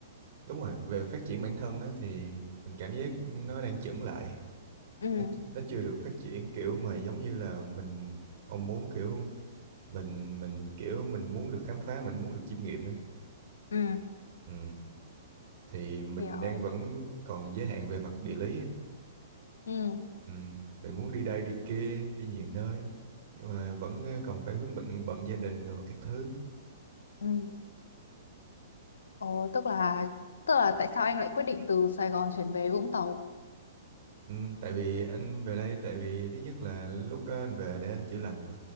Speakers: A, on the right; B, on the left.
A: đúng rồi, về phát triển bản thân á, thì mình cảm giác nó đang chững lại.
B: Ừ,
A: Nó, nó chưa được phát triển kiểu mà giống như là mình mong muốn kiểu mình mình kiểu mình muốn được khám phá, mình muốn được chiêm nghiệm á.
B: ừ,
A: Ừ. Thì mình
B: hiểu.
A: đang vẫn còn giới hạn về mặt địa lý.
B: Ừ,
A: Ừ. Mình muốn đi đây đi kia, đi nhiều nơi nhưng mà vẫn ờ, còn phải vướng bận bận gia đình rồi các thứ
B: ừ. Ồ, tức là tức là tại sao anh lại quyết định từ Sài Gòn chuyển về Vũng Tàu?
A: Ừ, tại vì anh về đây tại vì thứ nhất là lúc đó anh về để anh chữa lành mà